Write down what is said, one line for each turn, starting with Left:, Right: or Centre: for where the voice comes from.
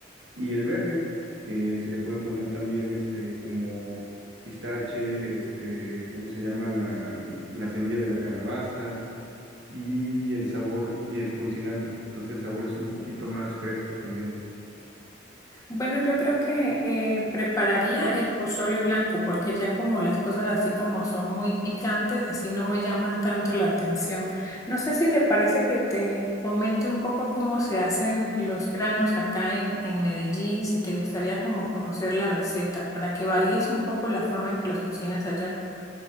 Right: Y el verde, que se le pueden poner también este, como pistache, este, ¿cómo se llama? La, la semilla de la calabaza y el sabor, y es con cilantro. Entonces el sabor es un poquito más fresco también.
Left: Bueno, yo creo que eh, prepararía el pozole blanco porque ya como las cosas así como son muy picantes, así no me llaman tanto la atención. No sé si te parece que te comente un poco cómo se hacen los granos acá en, en Medellín, si te gustaría como conocer la receta, para que varíes un poco la forma en que los cocinas allá.